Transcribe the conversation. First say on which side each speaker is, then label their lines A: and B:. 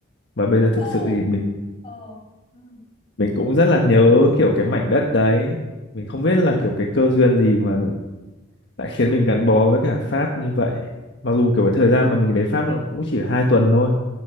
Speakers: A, on the left; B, on the left.
A: và bây giờ
B: Ồ,
A: thực sự thì mình
B: ồ, ừ,
A: mình cũng rất là nhớ kiểu cái mảnh đất đấy. Mình không biết là kiểu cái cơ duyên gì mà đã khiến mình gắn bó với cả Pháp như vậy mặc dù kiểu cái thời gian mà mình đến Pháp nó cũng chỉ hai tuần thôi